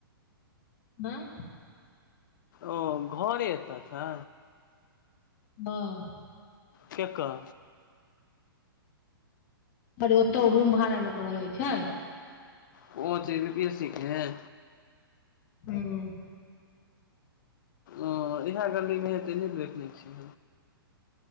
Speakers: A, on the left; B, on the left.
A: बां
B: ओ घरे एतऽ छै?
A: हँ।
B: केकर
A: अरे ओतऽ उ रूम भाड़ा लऽ के रहै छै।
B: कोच <inaudible> सिखै हैं
A: ह्म्म।
B: ओ इएह गललीमे हेतै नहि देखने छी।